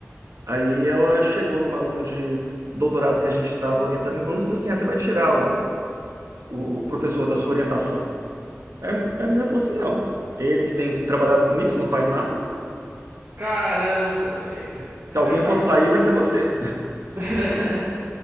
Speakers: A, on the right; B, on the right.
A: Aí ela chegou numa aluna de doutorado que a gente estava orientando em conjunto e falou assim: ah, você vai tirar o, o, o professor da sua orientação. Aí a menina falou assim: não, ele que tem trabalhado comigo, você não faz nada.
B: Caramba, véi, você,
A: Se
B: você
A: alguém
B: acaba.
A: for sair, vai ser você.
B: <laughs>